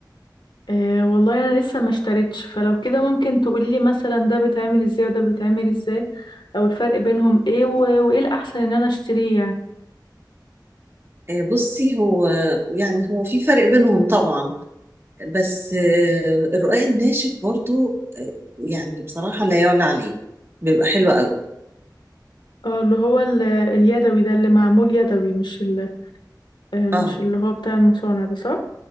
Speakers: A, on the left (about 80°); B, on the right (about 30°).
A: أه والله انا لسه ما اشتريتش فلو كده ممكن تقوليلي مثلا ده بيتعمل ازاي وده بيتعمل ازاي او الفرق بينهم ايه و... وايه الاحسن ان انا اشتريه يعني
B: آه، بصي هو يعني هو في فرق بينهم طبعا بس آه، الرقاق الناشف برضو آه، يعني بصراحة لا يعلى عليه بيبقى حلو قوي
A: اه اللي هو ال... اليدوي ده اللي معمول يدوي مش ال... آه، مش
B: اه
A: اللي هو بتاع المصانع ده صح؟